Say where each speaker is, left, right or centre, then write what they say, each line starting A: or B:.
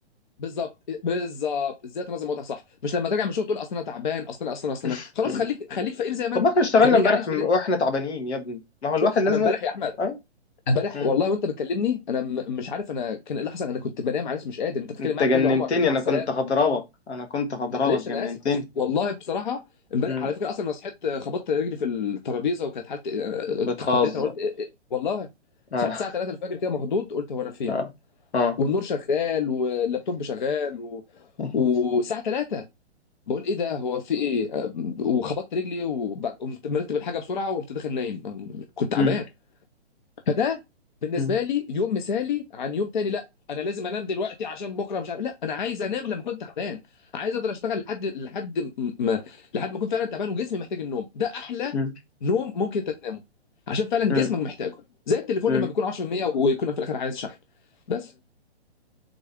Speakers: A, on the left; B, on the left.
A: بالظبط بالظبط ازاي تنظم وقتك صح مش لما ترجع من الشغل تقول اصل انا تعبان اصل انا اصل انا اصل
B: <laughs>
A: انا خلاص
B: مم.
A: خليك خليك فقير زي ما
B: طب
A: انت
B: ما احنا اشتغلنا
A: خليك
B: امبارح
A: عايش
B: م-
A: بال
B: واحنا تعبانين يا ابني ما هو الواحد
A: شفت
B: لازم
A: انا امبارح يا احمد
B: ايوه
A: امبارح
B: مم.
A: والله وانت بتكلمني انا م- مش عارف انا كان ايه اللي حصل انا كنت بنام عارف مش قادر انت بتتكلم
B: انت
A: معايا
B: جننتني
A: بتقول لي عمر مع
B: انا
A: السلامه
B: كنت هضربك انا كنت هضربك
A: معلش
B: جننتني
A: انا اسف بس والله بصراحه امبارح
B: مم.
A: على فكره اصلا انا صحيت آه، خبطت رجلي في الترابيزه وكانت حالتي آه،
B: بتهزر
A: اتخضيت انا قلت إيه إيه والله
B: اه
A: صحيت الساعه 3 الفجر كده مخضوض قلت هو انا فين
B: اه اه
A: والنور شغال واللابتوب شغال و...
B: مم.
A: والساعه 3 بقول ايه ده هو في ايه آه، وخبطت رجلي وقمت مرتب الحاجه بسرعه وقمت داخل نايم آه، كنت تعبان
B: مم.
A: فده بالنسبه
B: مم.
A: لي يوم مثالي عن يوم تاني لا انا لازم انام دلوقتي عشان بكره مش عارف لا انا عايز انام لما كنت تعبان عايز اقدر اشتغل لحد لحد ما لحد ما اكون فعلا تعبان وجسمي محتاج النوم ده احلى
B: مم.
A: نوم ممكن تتنامه عشان فعلا
B: مم.
A: جسمك محتاجه زي التليفون
B: مم.
A: لما بيكون 10% ويكون في الاخر عايز شحن بس